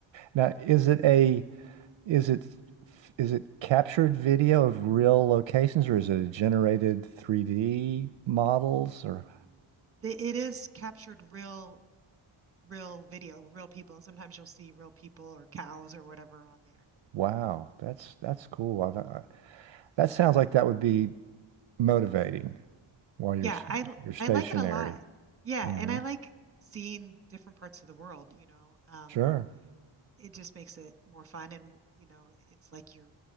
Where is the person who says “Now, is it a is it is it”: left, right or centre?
Right